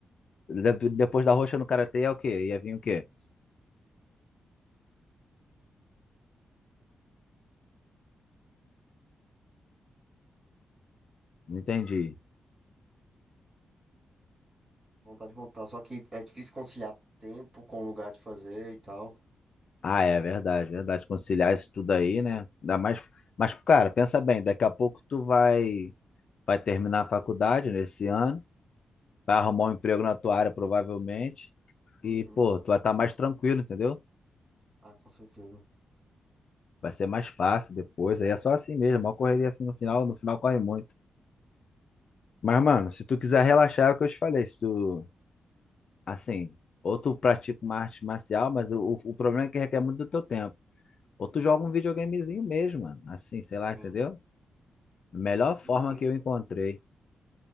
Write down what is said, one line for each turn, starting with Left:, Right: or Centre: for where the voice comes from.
Left: De- Depois da roxa no karatê é o quê? Ia vir o quê? Não entendi.
Right: Vontade de voltar, só que é difícil conciliar tempo com lugar de fazer e tal.
Left: Ah, é verdade, verdade. Conciliar isso tudo aí, né? Ainda mais. Mas, cara, pensa bem, daqui a pouco tu vai, vai terminar a faculdade nesse ano, vai arrumar um emprego na tua área, provavelmente.
Right: Uhum.
Left: E, pô, tu vai estar mais tranquilo, entendeu?
Right: Ah, com certeza.
Left: Vai ser mais fácil depois. Aí é só assim mesmo, uma correria assim no final, no final corre muito. Mas, mano, se tu quiser relaxar, é o que eu te falei. Se tu, assim, ou tu pratica uma arte marcial, mas o, o o problema é que requer muito do teu tempo. Ou tu joga um videogamezinho mesmo, mano. Assim, sei lá,
Right: Sim.
Left: entendeu? Melhor
Right: Sim,
Left: forma
Right: sim.
Left: que eu encontrei.